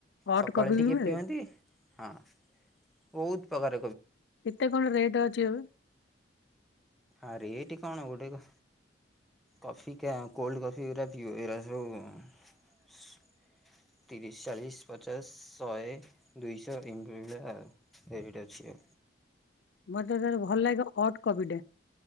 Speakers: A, on the left; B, in the centre.
A: ହଟ୍
B: ସକାଳେ
A: କଫି ବି
B: ଟିକିଏ
A: ମିଳେ
B: ପିଅନ୍ତି, ହଁ ବହୁତ ଉପକାର।
A: କେତେ କଣ ରେଟ୍ ଅଛି ଏବେ?
B: ଆ ରେଟି କଣ? ଗୋଟେକୁ କଫି କେ, କୋଲ୍ଡ କଫି ଗୁରା ପିବ, ଏଗୁରାକ ସବୁ ତିରିଶ, ଚାଳିଶ, ପଚାଶ, ଶହେ, ଦୁଇଶହ ଏମତି ମିଳେ, ଆଉ ଏରିଟା ଅଛି।
A: ମତେ ଖାଲି ଭଲ ଲାଗେ କଣ, ଅଟ୍ କଫିଟେ।